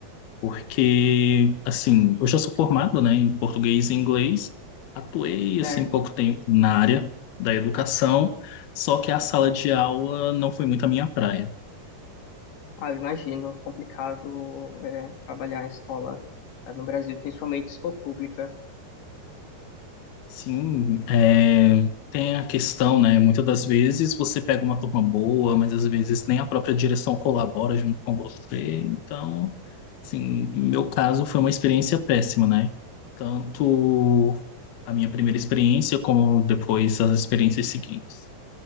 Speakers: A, on the left (about 65°); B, on the left (about 80°).
A: Porque, assim, eu já sou formado, né, em português e inglês, atuei,
B: Certo.
A: assim, pouco tempo na área da educação, só que a sala de aula não foi muito a minha praia.
B: Ah, eu imagino, complicado é, trabalhar em escola ah, no Brasil, principalmente se for pública.
A: Sim, é, tem a questão, né? Muitas das vezes você pega uma turma boa, mas às vezes nem a própria direção colabora junto com você. Então, assim, no meu caso foi uma experiência péssima, né? Tanto a minha primeira experiência como depois as experiências seguintes.